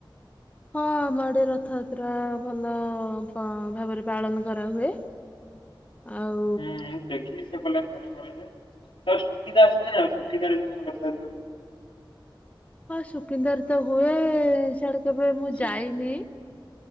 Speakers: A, on the left; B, on the left.
A: ହଁ ଆମ ଆଡେ ରଥଯାତ୍ରା ଆ ଭଲ ଅ ଭାବରେ ପାଳନ କରାହୁଏ।
B: <inaudible>
A: ଆଉ
B: ହୁଁଁ ଦେଖିକି ସେ କିଲ ଭଲ କରାଯାଏ ତ ସୁକିନ୍ଦା ଆସନ ନା ସୁକିନ୍ଦ ଯୋ କଥା <inaudible>
A: ହଁ ସୁକିନ୍ଦାର ତ ହୁଏ ଏ ସେଆଡେ କେବେ ମୁଁ
B: ସୁକି-
A: ଯାଇନି।